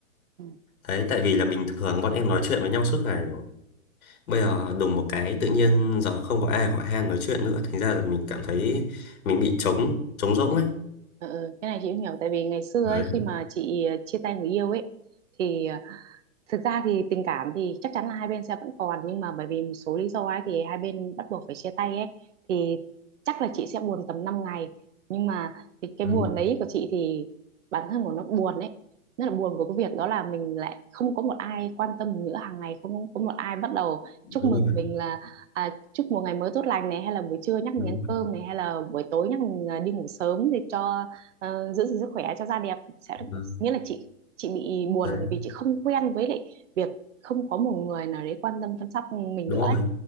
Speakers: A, on the right (about 55°); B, on the left (about 70°).
A: ừ.
B: đấy tại vì là bình thường bọn em nói chuyện với nhau suốt ngày rồi bây giờ đùng một cái tự nhiên giờ không có ai hỏi han nói chuyện nữa thành ra là mình cảm thấy mình bị trống trống rỗng ấy
A: Ừ, ừ, cái này chị cũng hiểu tại vì ngày xưa
B: đấy
A: ấy khi mà chị chia tay người yêu ấy thì thực ra thì tình cảm thì chắc chắn là hai bên sẽ vẫn còn nhưng mà bởi vì một số lý do ấy thì hai bên bắt buộc phải chia tay ấy thì chắc là chị sẽ buồn tầm năm ngày nhưng mà cái, cái
B: ừ,
A: buồn đấy của chị thì bản thân của nó buồn ấy nó là buồn của cái việc đó là mình lại không có một ai quan tâm mình nữa hàng ngày không có một ai bắt đầu
B: đúng
A: chúc mừng
B: rồi
A: mình là à, chúc một ngày mới tốt lành này hay là buổi trưa nhắc mình
B: đúng
A: ăn
B: rồi
A: cơm này hay là buổi tối nhắc mình à, đi ngủ sớm để cho ờ, giữ gìn sức khỏe cho da đẹp sẽ
B: vâng.
A: nghĩa là chị chị bị buồn
B: đấy
A: là bởi vì chị không quen với lại việc không có một người nào đấy quan tâm chăm sóc mình
B: đúng
A: nữa ấy.
B: rồi